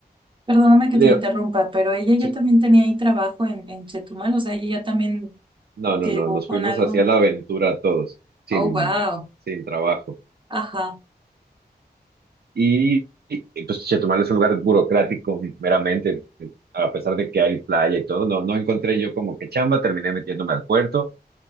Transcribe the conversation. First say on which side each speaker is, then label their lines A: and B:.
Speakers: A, on the right; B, on the right.
A: Perdóname que
B: Leo,
A: te interrumpa, pero ella ya
B: sí,
A: también tenía ahí trabajo en, en Chetumal, o sea, ella ya también
B: no, no,
A: llegó
B: no, nos
A: con
B: fuimos
A: algo.
B: hacia la aventura todos, sin,
A: Oh, wow.
B: sin trabajo.
A: Ajá,
B: Y, y, pues Chetumal es un lugar burocrático meramente, a pesar de que hay playa y todo, no, no encontré yo como que chamba, terminé metiéndome al puerto